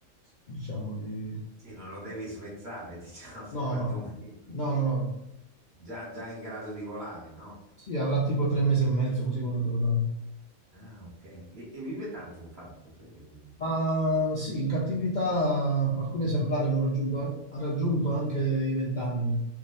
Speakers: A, on the left; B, on the right.
A: diciamo di...
B: Sì, non lo devi svezzare, <laughs> diciamo,
A: No,
B: quantomeno.
A: no, no, no, no.
B: Già, già in grado di volare, no?
A: Sì, avrà tipo tre mesi e mezzo così quando te lo danno.
B: Ah, ok. E, e vive tanto un falco, sai che non-
A: Ma sì, in cattività alcuni esemplari hanno raggiunto, ha raggiunto anche i 20 anni.